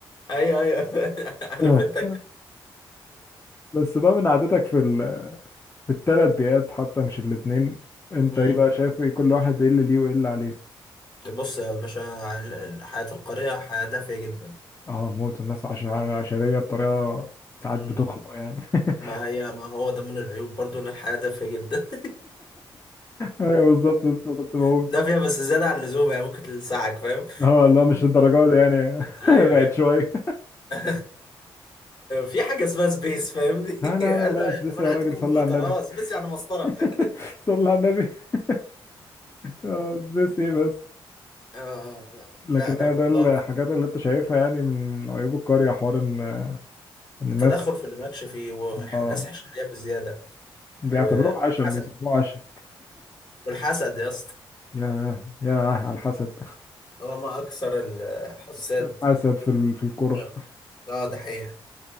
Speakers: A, on the left (about 45°); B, on the left (about 25°).
A: ايوه ايوه <laughs> عارف
B: <laughs>
A: انت
B: بس بقى من عادتك في ال... في الثلاث بيئات حتى مش الاتنين انت
A: امم
B: ايه بقى شايف ايه كل واحد ايه اللي ليه وايه اللي عليه
A: بص يا باشا ال- ال- حياة القرية حياة دافية جدا
B: اه موت الناس عش... عشرية بطريقة ساعات
A: مم.
B: بتخنق يعني <laughs>
A: ما هي ما هو ده من العيوب برضو ان الحياة دافية جدا
B: ايوه بالظبط لسه كنت بقول
A: <laughs> دافية بس زيادة عن اللزوم يعني ممكن تلسعك فاهم
B: اه لا مش الدرجات دي يعني
A: <laughs> ايوه
B: <laughs> بعد
A: ايوه
B: شوية
A: <laughs> في حاجة اسمها سبيس فاهمني
B: لا لا
A: <laughs>
B: لا
A: قال
B: لا
A: له
B: اسبسي
A: طب انا
B: يا
A: عندي
B: راجل
A: كمبيوتر
B: صلي على النبي
A: اه سبيس يعني مسطرة
B: <laughs>
A: <laughs>
B: صلى على النبي <laughs> آه، بس ايه بس
A: آه
B: لكن
A: لا لا
B: هي
A: موضوع
B: ده الحاجات اللي انت شايفها يعني من من عيوب القرية حوار ان الناس
A: التدخل في اللي مالكش فيه والناس
B: اه
A: حشرية بزيادة
B: بيعتبروها
A: والحسد
B: عشم بيسموها عشم
A: والحسد يا اسطى
B: يا يا على الحسد
A: هو ما اكثر الحساد
B: <laughs> حسد في ال- في الكرة
A: اه آه، ده حقيقة